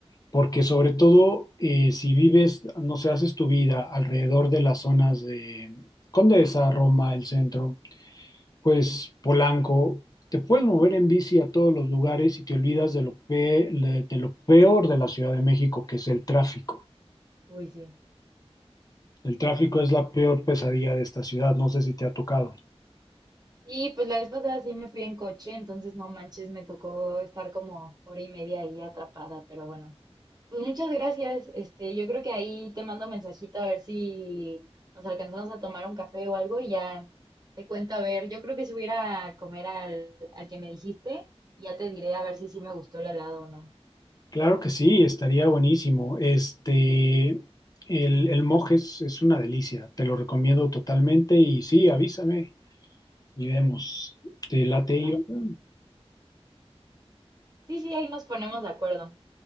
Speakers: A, on the left; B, on the right.
A: porque sobre todo eh, si vives, no sé, haces tu vida alrededor de las zonas de Condesa, Roma, el centro Pues Polanco, te puedes mover en bici a todos los lugares y te olvidas de lo, pe- le- de lo peor de la Ciudad de México, que es el tráfico.
B: Uy, sí.
A: El tráfico es la peor pesadilla de esta ciudad, no sé si te ha tocado.
B: Sí, pues la vez pasada sí me fui en coche, entonces no manches, me tocó estar como hora y media ahí atrapada, pero bueno. Pues muchas gracias. Este, yo creo que ahí te mando mensajito a ver si nos alcanzamos a tomar un café o algo y ya te cuento a ver. Yo creo que si voy a ir a comer al, al que me dijiste, y ya te diré a ver si sí me gustó el helado o no.
A: Claro que sí, estaría buenísimo. Este, el, el Mojes es una delicia, te lo recomiendo totalmente y sí, avísame y vemos. ¿Te late, Iván?
B: Va. Sí, sí, ahí nos ponemos de acuerdo.